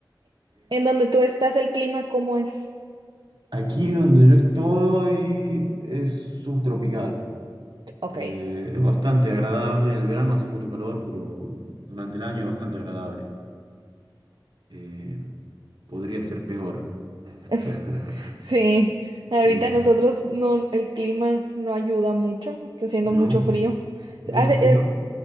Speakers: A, on the right; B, on the right.
A: ¿En donde tú estás el clima cómo es?
B: Aquí donde yo estoy es subtropical.
A: Ok.
B: Eh, es bastante agradable. En el verano hace mucho calor, pero durante el año es bastante agradable. Eh, podría ser peor. <laughs>
A: <laughs> Sí, ahorita
B: Sí,
A: nosotros no, el clima no ayuda mucho, está haciendo
B: ¿no?
A: mucho frío.
B: ¿Mucho
A: Hace,
B: frío?
A: eh,